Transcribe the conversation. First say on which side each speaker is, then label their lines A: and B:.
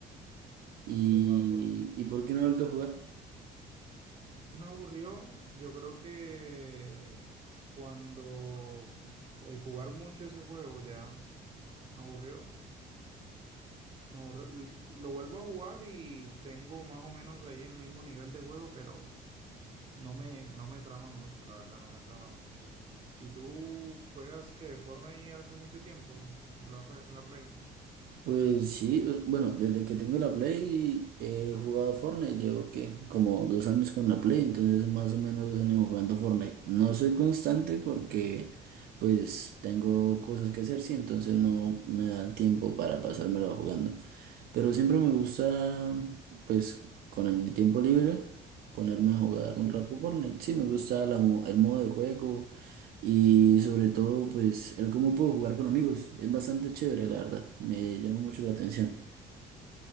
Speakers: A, on the right; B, on the right.
A: ¿Y,
B: Yo lo jugaba Fortnite.
A: y por qué no he vuelto a jugar?
B: Me aburrió, yo creo que cuando el jugar mucho ese juego ya me aburrió. Me aburrió. L- Lo vuelvo a jugar y tengo más o menos ahí el mismo nivel de juego, pero no me, no me trama mucho, la verdad, no me trama mucho. ¿Y tú juegas que Fortnite hace mucho tiempo en la, pe- en la Play?
A: Pues sí, o- bueno, desde que tengo la Play he jugado Fortnite, llevo que como dos años con la Play, entonces más o menos dos años jugando Fortnite. No soy constante porque pues tengo cosas que hacer, sí, entonces no me da el tiempo para pasármelo jugando. Pero siempre me gusta, pues con mi tiempo libre, ponerme a jugar
B: Sí.
A: un rato Fortnite. Sí, me gusta la mo- el modo de juego. Y sobre todo, pues, el cómo puedo jugar con amigos. Es bastante chévere, la verdad. Me llama mucho la atención.